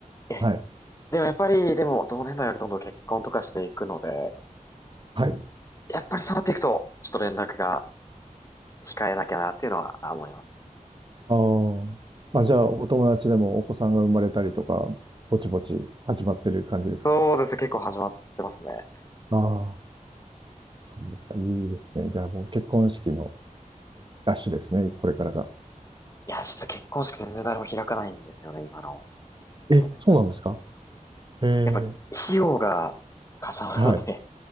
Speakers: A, on the left; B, on the right.
A: え、
B: はい。
A: でもやっぱり、でも同年代はどんどん結婚とかしていくので、
B: はい。
A: やっぱりそうなっていくと、ちょっと連絡が控えなきゃなっていうのはあ思いますね。
B: ああ。まあ、じゃあ、お友達でもお子さんが生まれたりとか、ぼちぼち始まってる感じですか
A: そうですね、結構始まってますね。
B: ああー、そうですか。いいですね。じゃあもう結婚式のラッシュですね。これからが。
A: いや、ちょっと結婚式全然誰も開かないんですよね、今の
B: え、
A: 同年代。
B: そうなんですかええ。
A: やっぱ、費用がかさむので、
B: はい。